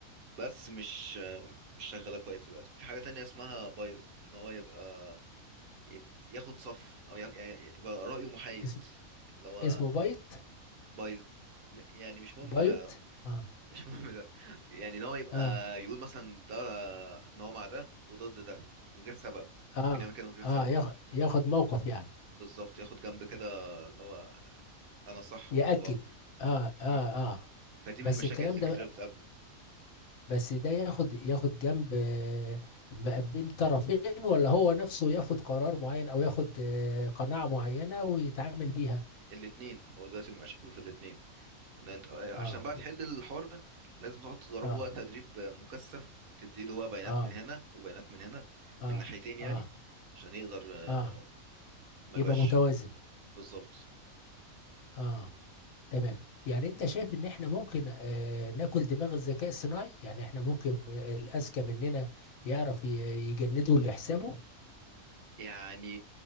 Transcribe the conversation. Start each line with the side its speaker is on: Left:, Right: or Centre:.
Right: بس مش مش شغاله كويس دلوقتي في حاجه تانية اسمها بايظت ان هو يبقى يبقى ياخد صف او ي- يعني يبقى رايه محايد
Left: اسم
Right: اللي هو
Left: اسمه بايت
Right: بايظ م- يعني مش مهم
Left: بايت آه
Right: <laughs> مش مهم دلوقتي يعني ان هو يبقى
Left: آه
Right: يقول مثلا ده ان هو مع ده وضد ده من غير سبب
Left: آه
Right: ممكن يعمل كده من غير سبب
Left: آه ياخ- ياخد موقف يعني
Right: بالظبط ياخد جنب كده اللي هو انا صح
Left: يأكد
Right: وانتوا غلط
Left: آه آه
Right: مم.
Left: آه
Right: فدي
Left: بس
Right: من المشاكل
Left: الكلام
Right: اللي
Left: ده
Right: كتير بتقابله
Left: بس ده ياخد ياخد جنب آه، ما بين طرفين ولا هو نفسه ياخد قرار معين أو ياخد آه، قناعة معينة ويتعامل بيها
Right: الاتنين هو دلوقتي مشاكله في الاتنين انت- آه، عشان
Left: آه
Right: بقى تحل الحوار ده لازم تقعد تدربه
Left: اه
Right: بقى تدريب مكثف تديله بقى بيانات
Left: اه
Right: من هنا وبيانات من هنا
Left: اه
Right: من ناحيتين يعني
Left: اه
Right: عشان يقدر آه،
Left: اه
Right: ما
Left: يبقى
Right: يبقاش
Left: متوازن
Right: بالظبط
Left: اه تمام يعني انت شايف ان احنا ممكن آه ناكل دماغ الذكاء الصناعي يعني احنا ممكن آه، الاذكى مننا يعرف ي- يجنده اللي حسابه
Right: يعني